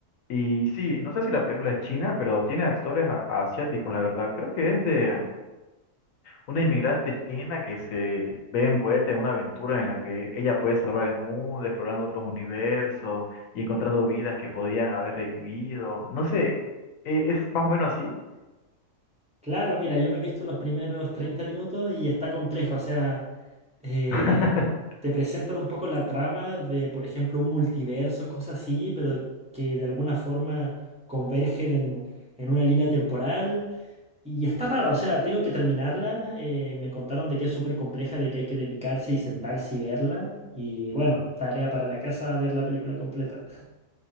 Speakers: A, on the left (about 75°); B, in the centre.
A: Y sí, no sé si la película es china, pero tiene actores a- asiáticos, la verdad. Creo que es de um, una inmigrante china que se ve envuelta en una aventura en la que ella puede salvar el mundo, explorando otros universos y encontrando vidas que podrían haber revivido. No sé, eh, ¿es más o menos así?
B: Claro, mira, yo me he visto los primeros 30 minutos y está compleja, o sea, eh,
A: <laughs>
B: te presentan un poco la trama de, por ejemplo, un multiverso, cosas así, pero que de alguna forma convergen en, en una línea temporal. Y está raro, o sea, tengo que terminarla. eh, me contaron de que es súper compleja, de que hay que dedicarse y sentarse y verla. Y bueno, tarea para la casa ver la película completa.